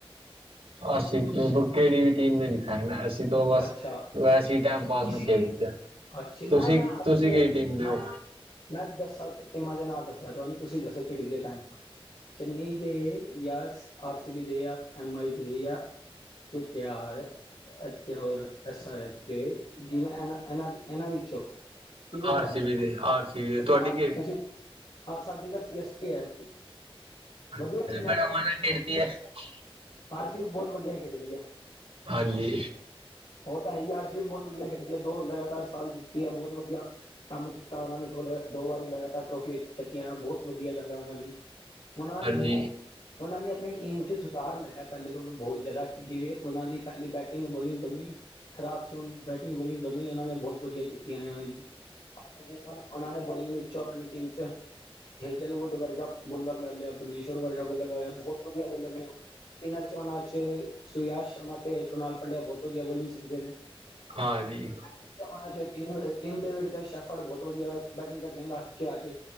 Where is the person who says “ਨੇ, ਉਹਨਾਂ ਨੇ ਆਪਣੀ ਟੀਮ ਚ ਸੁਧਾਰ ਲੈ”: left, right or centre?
Left